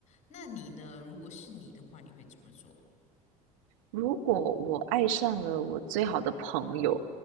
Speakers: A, on the left (about 40°); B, on the right (about 60°).
A: 那你呢？如果是你的话，你会怎么做？
B: 如果我爱上了我最好的朋友，